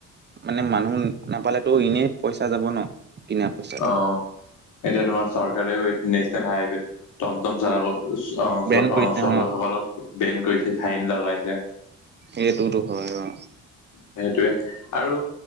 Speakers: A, on the right; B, on the left.
A: মানে মানুহ নাপালেতো এনেই পইচা যাব ন কিনা পইচা
B: অ, এতিয়া তোমাৰ চৰকাৰেও এই নেচনেল হাইৱেত টম টম চলাব। অ, চ
A: বেন
B: চ
A: কৰিছে
B: চলুৱা
A: অ
B: সকলক বেন কৰিছে, ফাইন লগাইছে।
A: এইটোতো হয় অ।
B: সেইটোৱে। আৰু